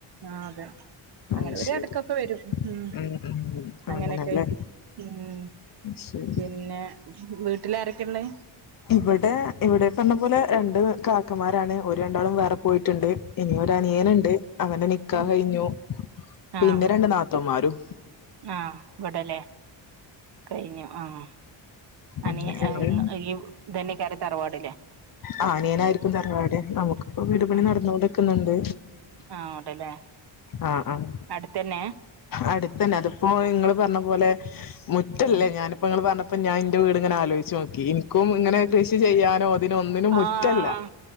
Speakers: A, on the right; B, on the left.
A: ആഹ് അതെ
B: അത്
A: അങ്ങനെ ഒ
B: ശരി
A: ാര് എടക്ക് ക്കൊക്കെ വരും ഉം
B: ഉം ഉം
A: അങ്ങനെയൊക്കെ
B: അങ്ങനെല്ലേ
A: ആയിട്ട് ഉം
B: ശരി
A: പിന്നെ വീട്ടില് ആരൊക്കെയാ ഉള്ളത്?
B: ഇവിടെ ഇവിടെ ഈ പറഞ്ഞ പോലെ രണ്ട് കാക്കന്മാരാണ് ഒാര് രണ്ടാളും വേറെ പോയിട്ടുണ്ട്. ഇനി ഒരു അനിയനുണ്ട് അവന്റെ നിക്കാഹ്
A: ഉം
B: കഴിഞ്ഞു
A: ആഹ്
B: പിന്നെ രണ്ട് നാത്തുന്മാരും
A: ആഹ് ഇവിടല്ലേ കഴിഞ്ഞു ആഹ് അനിയൻ
B: അങ്ങനെ ഞങ്ങള്
A: ഈ ഇതെന്നെ ക്കാരം തറവാടല്ലേ
B: ആഹ് അനിയനായിരിക്കും തറവാട് നമുക്കിപ്പോ വീടുപണി
A: ആഹ്
B: നടന്നുകൊണ്ട് ഇരിക്കുന്നുണ്ട്.
A: ആഹ് അവിടെല്ലേ
B: ആഹ് ആഹ്
A: അടുത്തന്നെ
B: അടുത്തന്നെ അതിപ്പോ നിങ്ങള് പറഞ്ഞ പോലെ മുറ്റല്ലേ
A: ഉം
B: ഞാൻ ഇപ്പോ ങ്ങള് പറഞ്ഞപ്പോ ഞാനിന്റെ വീട്ങ്ങനെ ആലോച്ച് നോക്കി ഇന് ക്കും ഇങ്ങനെ കൃഷി ചെയ്യാനോ അതിനോ ഒന്നിനും മുറ്റല്ല
A: ആഹ്